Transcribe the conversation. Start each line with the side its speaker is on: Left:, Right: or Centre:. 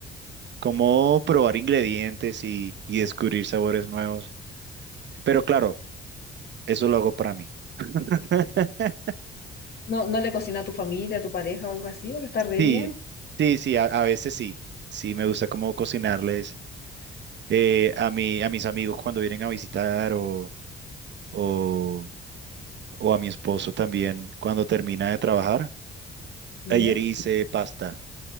Right: como probar ingredientes y, y descubrir sabores nuevos. Pero claro. Eso lo hago para mí. <laughs>
Left: ¿No, no le cocina a tu familia, a tu pareja o algo así? Porque está re
Right: Sí,
Left: bien.
Right: sí, sí, a, a veces sí. Sí, me gusta como cocinarles eh, a mí, a mis amigos cuando vienen a visitar o, o, o a mi esposo también cuando termina de trabajar.
Left: ¿Ya?
Right: Ayer hice pasta,